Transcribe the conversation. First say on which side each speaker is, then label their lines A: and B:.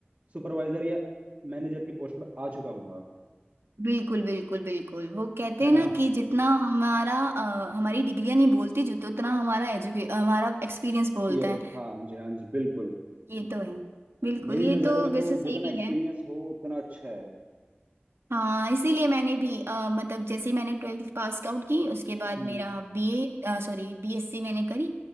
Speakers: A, on the right (about 45°); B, on the right (about 75°).
A: सुपरवाइजर या मैनेजर की पोस्ट पे आ चुका हूँ
B: बिल्कुल बिल्कुल बिल्कुल वो कहते
A: है
B: हैं
A: ना
B: ना कि जितना हमारा अ, हमारी डिग्रियां नहीं बोलती जो तो उतना हमारा एजुके हमारा एक्सपीरियंस बोलता
A: ये
B: है
A: हाँ जी हाँ जी बिल्कुल
B: ये तो है बिल्कुल
A: मेरी
B: ये
A: नज़र
B: तो
A: में तो
B: वैसे सही
A: जितना
B: भी
A: एक्सपीरियंस
B: है
A: हो उतना अच्छा है
B: हाँ इसीलिए मैंने भी अ, मतलब जैसे ही मैंने ट्वेल्थ पास आउट की उसके बाद
A: हम्म
B: मेरा बीए सॉरी बीएससी मैंने करी